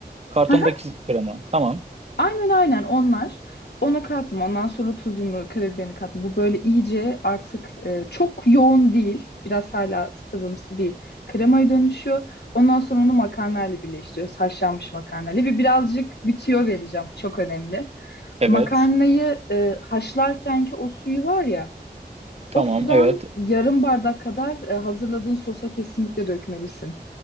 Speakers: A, on the right; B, on the left.
A: kartondaki
B: <laughs>
A: krema. Tamam.
B: Aynen aynen onlar. Ona kattım. Ondan sonra tuzunu, karabiberini kattım. Bu böyle iyice artık e, çok yoğun değil. Biraz hala sıvımsı bir kremaya dönüşüyor. Ondan sonra onu makarnayla birleştiriyoruz. Haşlanmış makarnayla ve birazcık bir tüyo vereceğim. Bu çok önemli.
A: Evet.
B: Makarnayı e, haşlarkenki o suyu var ya,
A: Tamam,
B: o sudan
A: evet.
B: yarım bardak kadar e, hazırladığın sosa kesinlikle dökmelisin.